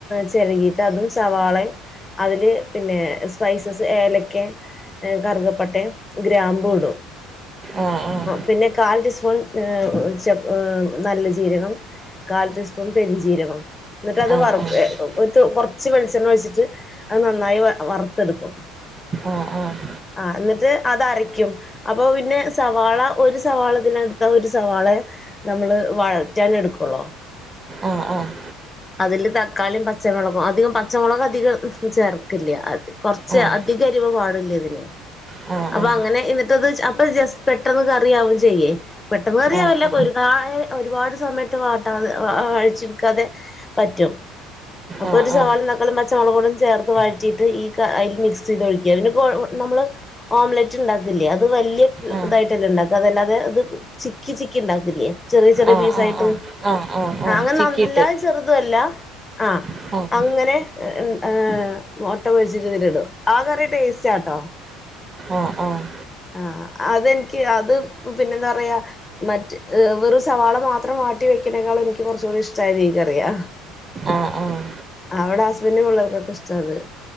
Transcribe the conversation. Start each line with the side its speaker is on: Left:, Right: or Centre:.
Left: ചിരകിയിട്ട് അതും സവാളേം അതില് പിന്നേ സ്പൈസസ് ഏലക്കെ കറുകപ്പട്ടേ ഗ്രാമ്പൂടും
Right: ആഹ് ആഹ്
Left: പിന്നെ കാൽ ടീസ്പൂൺ ഏഹ് ചെപ് ഏഹ് നല്ല ജീരകം കാൽ ടീസ്പൂൺ പെരിഞ്ചീരകം എന്നിട്ട് അത്
Right: ആഹ് ആഹ്
Left: വർക്കുവേ
Right: ആഹ്
Left: ഉത് കുറച്ച് വെളിച്ചെണ്ണ ഒഴിച്ചിട്ട് അത് നന്നായി വ വറുത്തെടുക്കും
Right: ആഹ് ആഹ്
Left: ആഹ് എന്നിട്ട് അതരയ്ക്കും അപ്പൊ പിന്നെ സവാള ഒരു സവാളതിന എടുത്താ ഒരു സവാളെ നമ്മള് വഴറ്റാൻ എടുക്കുള്ളോ
Right: ആഹ് ആഹ്
Left: അതില് തക്കാളിയും പച്ചമുളകും അധികം പച്ചമുളക് അധികം ഉംഹ് ചേർക്കില്ല അത് കൊർച്ച്
Right: ആഹ്
Left: അധികരിവ് പാടില്ല്യ ഇതിന്
Right: ആ ആ.
Left: അപ്പൊ അങ്ങനെ എന്നിട്ടത് ജ അപ്പൊ ജസ്റ്റ് പെട്ടെന്ന് കറിയാവയും ചെയ്യേ പെട്ടെന്ന് കറിയാവില്ല
Right: ആ, ആ.
Left: പൊരുന്നാഴ് ഒരുപാട് സമയട്ട് വാട്ടാതെ അഴിച്ചു വക്കാതെ പറ്റും അപ്പൊ
Right: ആ,
Left: ഒരു സവാളേം
Right: ആ.
Left: തക്കാളേം പച്ചമുളകോടേം ചേർത്ത് വഴറ്റിയിട്ട് ഈ ക അതിൽ മിക്സ് ചെയ്ത് ഒഴിക്കുക്യാ പിന്നെ കൊഴ് നമ്മള് ഓംലറ്റ് ഉണ്ടാക്കില്ലേ അത് വലിയ
Right: ആ.
Left: ഇതായിട്ടല്ലേ ഉണ്ടാക്ക അതല്ലാതെ അത് ചിക്കി ചിക്കി ഉണ്ടാക്കില്ലേ ചെറിയ ചെറിയ
Right: ആ,
Left: പീസായിട്ട്
Right: ആ, ആ. ആ,
Left: ആ അങ്ങനെ
Right: ചിക്കിയിട്ട്.
Left: നല്ല ചെറുതുവല്ല ആഹ്
Right: ഓ
Left: അങ്ങനെ ഏ മുട്ട പൊരിച്ചിട്ടുണ്ടോ ആ കറി ടേസ്റ്റാട്ടോ
Right: ആഹ് ആഹ്
Left: ആഹ് അതെനിക്ക് അത് പിന്നെന്താ പറയാ മറ്റ് വെറു സവാള മാത്രം വാട്ടി വെക്കനേക്കാളും എനിക്ക് കുറച്ചുകൂടി ഇഷടായത് ഈ കറിയാ
Right: ആഹ് ആഹ്
Left: അവിടെ ഹസ്ബന്ഡും പിള്ളേർക്കൊക്കെ ഇഷടാണ്